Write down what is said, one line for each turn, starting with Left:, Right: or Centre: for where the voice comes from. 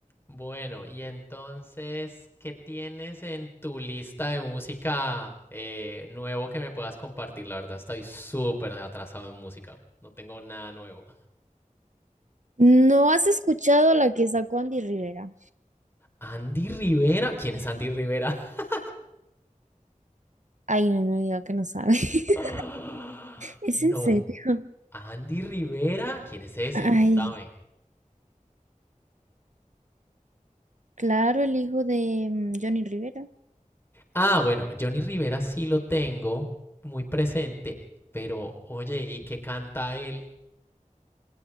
Left: Bueno, y entonces, ¿qué tienes en tu lista de música eh, nuevo que me puedas compartir? La verdad, estoy súper atrasado en música. No tengo nada nuevo.
Right: ¿No has escuchado la que sacó Andy Rivera?
Left: Andy Rivera. ¿Quién es Andy Rivera? <gasps>
Right: Ay, no me diga que no sabe. <laughs>
Left: <laughs> Ah,
Right: ¿Es
Left: No.
Right: en serio?
Left: Andy Rivera. ¿Quién es ese?
Right: Ay,
Left: Contame.
Right: claro, el hijo de mm, Johnny Rivera.
Left: Ah, bueno, Johnny Rivera sí lo tengo muy presente, pero oye, ¿y qué canta él?